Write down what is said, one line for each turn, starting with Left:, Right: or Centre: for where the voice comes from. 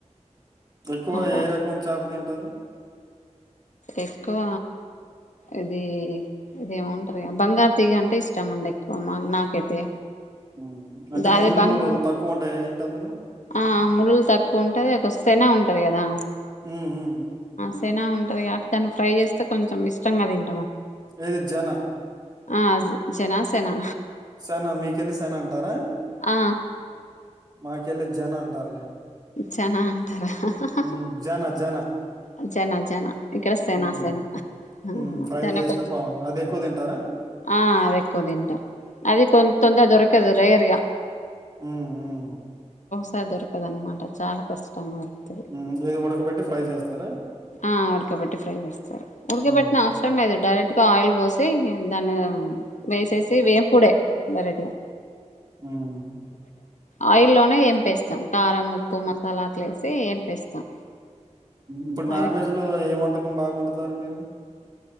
Right: ఎక్కువ
Left: అలా
Right: ఏ రకం చాప తి టరు
Left: ఎక్కువ ఇది ఇదేమంటారు బంగారు తీగ అంటే ఇష్టమండి ఎక్కువ మా నాకైతే
Right: ఉ అంటే
Left: దాది
Right: ముళ్ళులు
Left: బంగారు
Right: తక్కువ ఉంటాయి అందులో
Left: ఆ ముళ్ళు తక్కువ ఉంటది కోస్సేనే ఉంటది కదా
Right: ఉమ్ ఉమ్
Left: సెనా ఉంటుంది కాబట్టి దాన్ని ఫ్రై చేస్తే కొంచెం ఇష్టంగా తీన్
Right: ఏది జన
Left: ఆ జనా సెనా
Right: సేనా మీకెళ్ళి సేనా అంటారా
Left: ఆ
Right: మాకెళ్ళ జన అంటారు
Left: జనా అంటారా హా హా హా
Right: ఉమ్ జన జన
Left: హా జనా జనా ఇక్కడ సెనా
Right: ఉమ్
Left: సెనా ఆ
Right: ఉమ్ ఫ్రై
Left: సెనా
Right: చేస్తే
Left: కొంచం
Right: బాగుంటది అది ఎక్కువ తింటారా
Left: ఆ అది ఎక్కువ తింటా అది కొన్ తొందర దొరక <unintelligible> రేరుగా
Right: ఉ ఉ
Left: <unintelligible> దొరకదు అన్నమాట అది చానా కష్టం అది
Right: ఉమ్ ఏది ఉడకబెట్టి ఫ్రై చేస్తారా
Left: ఆ ఉడకపెట్టి ఫ్రై చేస్తారు ఉడకబట్టిన
Right: ఉమ్
Left: అవసరం లేదు డైరెక్ట్గా ఆయిల్ పోసి దాన్ని వేసేసి వేపుడే డైరెక్ట్ గా
Right: మ్మ్
Left: ఆయిల్ లోనే ఏంపేస్తాం కారం ఉప్పు మసాలా అట్లా వేసి ఎంపేస్తాం
Right: ఇప్పుడు నాన్
Left: అది
Right: వెజ్ లో ఏం వంట కం బాగుండుతారు మీరు